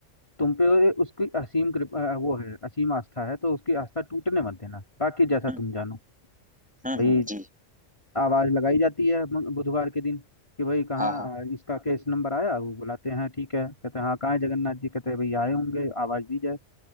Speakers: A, on the left; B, in the centre.
A: तुम पे उसकी असीम कृपा वो है असीम आस्था है तो उसकी आस्था टूटने मत देना बाकी जैसा
B: हम्म
A: तुम जानो
B: हुँ,
A: भाई
B: हुँ, जी।
A: आवाज लगाई जाती है मं- बुधवार के दिन कि भाई कहाँ
B: हाँ, हाँ।
A: आ, इसका केस नंबर आया वो बुलाते हैं ठीक है कहते हैं हाँ कहाँ है जगन्नाथ जी कहते हैं भाई आए होंगे आवाज दी जाए